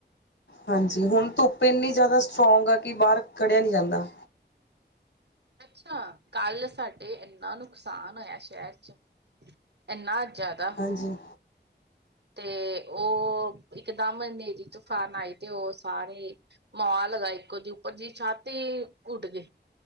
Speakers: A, on the left; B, on the right.
A: ਹਾਂਜੀ ਹੁਣ ਧੁੱਪ ਇੰਨੀ ਜ਼ਿਆਦਾ ਸਟਰੋਂਗ ਆ ਕਿ ਬਾਹਰ ਖੜਿਆਂ ਨਹੀ ਜਾਂਦਾ।
B: ਅੱਛਾ ਕੱਲ ਸਾਡੇ ਇੰਨਾ ਨੁਕਸਾਨ ਹੋਇਆ ਸ਼ਹਿਰ 'ਚ ਇਨਾ ਜ਼ਿਆਦਾ
A: ਹਾਂਜੀ
B: ਤੇ ਉਹ ਇਕਦਮ ਹਨੇਰੀ ਤੂਫਾਨ ਆਈ ਤੇ ਉਹ ਸਾਰੇ ਮਾਲ ਲਗਾ। ਇੱਕ ਉਹਦੀ ਉੱਪਰ ਜ ਛਤ ਈ ਉੱਡ ਗਏ